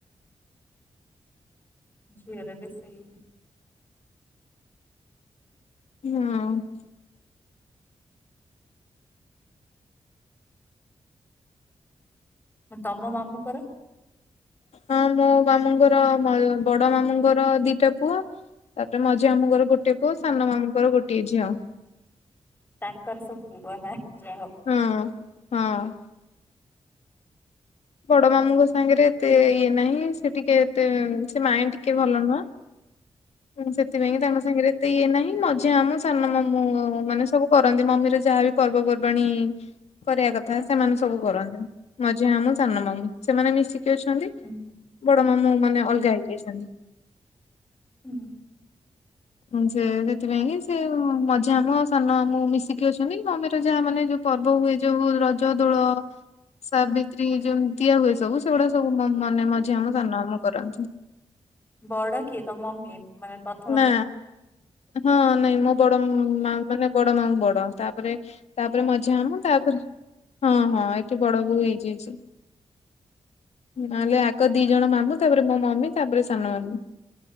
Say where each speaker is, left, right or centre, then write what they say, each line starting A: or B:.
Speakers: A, on the left; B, on the left.
A: ଝିଅର ବି ସେଇ
B: ନା।
A: ତମ ମାମୁଙ୍କର?
B: ହଁ ମୋ ମାମୁଁଙ୍କର ବ ବଡ ମାମୁଁଙ୍କର ଦିଟା ପୁଅ ତାପରେ ମଝିଆ ମାମୁଁଙ୍କର ଗୋଟେ ପୁଅ, ସାନ ମାମୁଙ୍କର ଗୋଟିଏ ଝିଅ।
A: ତାଙ୍କର ସବୁ ପୁଅ ନା ଯାହା ହଉ।
B: ହଁ ହଁ। ବଡ ମାମୁଁଙ୍କ ସାଙ୍ଗେରେ ଏତେ ଇଏ ନାହିଁ ସେ ଟିକେ ଏତେ ସେ ମାଇଁ ଟିକେ ଭଲ ନୁହଁ। ସେଥିପାଇଁ କି ତାଙ୍କ ସାଙ୍ଗରେ ଏତେ ଇଏ ନାହିଁ ମଝିଆ ମାମୁଁ ସାନ ମାମୁଁ ମାନେ ସବୁ କରନ୍ତି ମମିର ଯାହା ବିି ପର୍ବପର୍ବାଣୀ କରିବା କଥା ସେମାନେ ସବୁ କରନ୍ତି। ମଝିଆ ମାମୁଁ ସାନ ମାମୁଁ ସେମାନେ ମିଶିକି ଅଛନ୍ତି।
A: ହୁଁ।
B: ବଡ ମାମୁଁ ମାନେ ଅଲଗା ହେଇଯାଇଛନ୍ତି।
A: ହୁଁ।
B: ହଁଊ ସେ ସେଥିପାଇଁ କି ସେ ମଝିଆ ମାମୁଁ ଆଉ ସାନ ମାମୁଁ ମିଶିକି ଅଛନ୍ତି ମମିର ଯାହା ମାନେ ଯଉ ପର୍ବ ହୁଏ ଯଉ ରଜ ଦୋଳ, ସାବିତ୍ରୀ ଯଉ ଦିଆ ହୁଏ ସବୁ ସେଗୁଡା ସବୁ ମ ମାନେ ମଝିଆ ମାମୁଁ ସାନ ମାମୁଁ କରନ୍ତି।
A: ବଡ଼ କିଏ ତମ ମେ ମାନେ ପ୍ର
B: ନା। ହଁ ନାଇଁ ମୋ ବଡ ମା ମାନେ ବଡ ମାମୁ ବଡ ତାପରେ ତାପରେ ମଝିଆ ମାମୁଁ ତାପରେ ହଁ ହଁ ଏଠି ବଡ ବୋହୁ ହେଇଯାଇଚି। ନହେଲେ ଆଗ ଦି ଜଣ ମାମୁଁ ତାପରେ ମୋ ମମି ତାପରେ ସାନ ମାମୁଁ।